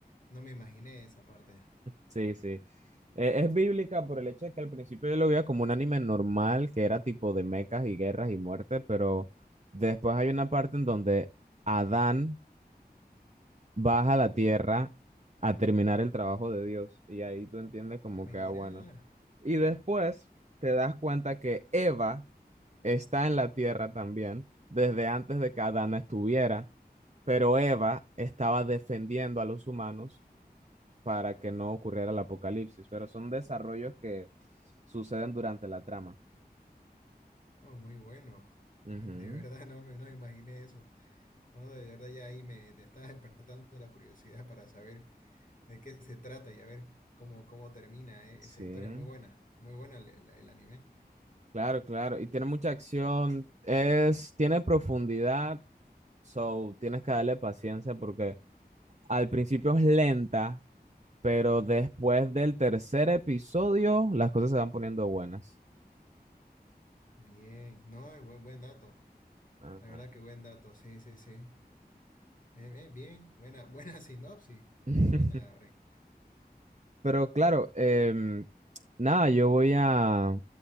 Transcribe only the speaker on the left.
no me imaginé esa parte.
Ah, mira,
oh, muy bueno,
<laughs> de verdad no, me- no me imaginé eso, no, de verdad ya ahí me, me está despertando la curiosidad para saber de qué se trata y a ver cómo, cómo termina, eh,
esa historia, muy buena, muy buena el, el- el anime.
Ujú.
Bien, no, es buen, buen dato,
la verdad que buen dato, sí, sí, sí. Eh, eh, bien, buena, <laughs> buena sinopsis.
Muy buena, Oren.